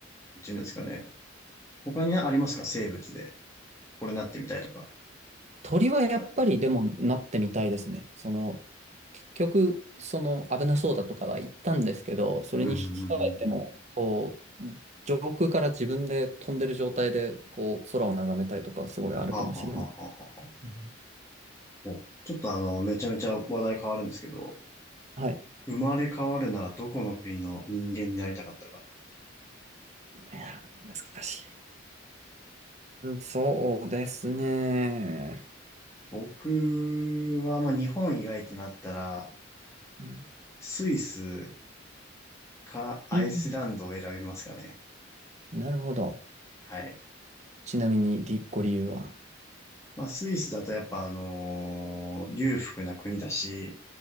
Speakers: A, on the left; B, on the right.
A: う、なんていうんですかね。他にありますか生物で。これなってみたいとか。
B: 鳥はやっぱりでもなってみたいですね。
A: 鳥は、
B: その、結局、その危なそうだとかは言ったんですけど、それに引き換えても、
A: うんうんうんうん。
B: こう、上空から自分で飛んでる状態で、こう、空を眺めたいとか、すごいあるかもしれない。
A: はあはあはあはあはあは
B: うん
A: おちょっとあの、めちゃめちゃ話題変わるんですけど、
B: はい。
A: 生まれ変わるならどこの国の人間になりたかったか。
B: いやー、難しい。うんそうですね。
A: 僕は、まあ、日本以外ってなったら、
B: うん。
A: スイスかアイスランドを選びますかね。
B: うんなるほど。
A: はい。
B: ちなみに、りご理由は
A: まあ、スイスだとやっぱあのー裕福な国だし、